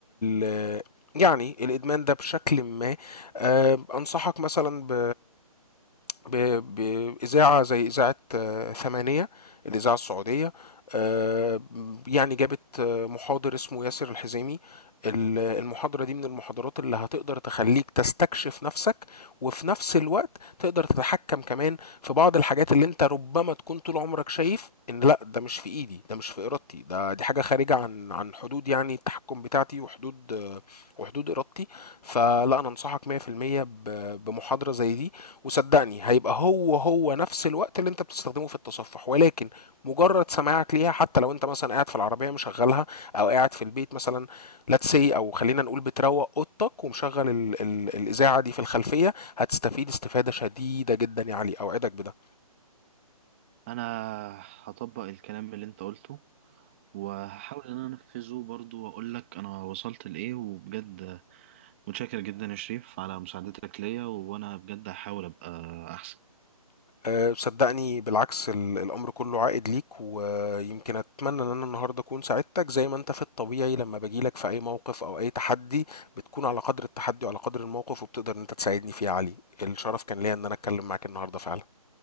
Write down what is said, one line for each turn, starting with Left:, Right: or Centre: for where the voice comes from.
Left: ال يعني الإدمان ده بشكل ما آه، أنصحك مثلا ب ب- بإذاعة زي إذاعة آه، ثمانية الإذاعة السعودية آه، يعني جابت آه، محاضر اسمه ياسر الحزيمي ال- المحاضرة دي من المحاضرات اللي هتقدر تخليك تستكشف نفسك وفي نفس الوقت تقدر تتحكم كمان في بعض الحاجات اللي انت ربما تكون طول عمرك شايف ان لا ده مش في ايدي ده مش في ارادتي ده دي حاجة خارجة عن عن حدود يعني التحكم بتاعتي وحدود آه، وحدود ارادتي فلا انا انصحك 100% ب- بمحاضرة زي دي وصدقني هيبقى هو هو نفس الوقت اللي انت بتستخدمه في التصفح ولكن مجرد سماعك ليها حتى لو انت مثلا قاعد في العربيه مشغلها او قاعد في البيت مثلا لاتس سي او خلينا نقول بتروق اوضتك ومشغل ال ال الاذاعه دي في الخلفيه هتستفيد استفاده شديده جدا يا علي اوعدك بده
Right: انا هطبق الكلام اللي انت قلته وهحاول ان انا انفذه برضو واقول لك انا وصلت لايه وبجد متشكر جدا يا شريف على مساعدتك ليا وانا بجد هحاول ابقى احسن
Left: أه، صدقني بالعكس ال- الأمر كله عائد ليك ويمكن أتمنى إن أنا النهاردة أكون ساعدتك زي ما أنت في الطبيعي لما باجيلك في أي موقف أو أي تحدي بتكون على قدر التحدي وعلى قدر الموقف وبتقدر إن أنت تساعدني فيه يا علي الشرف كان ليا إن أنا أتكلم معاك النهاردة فعلا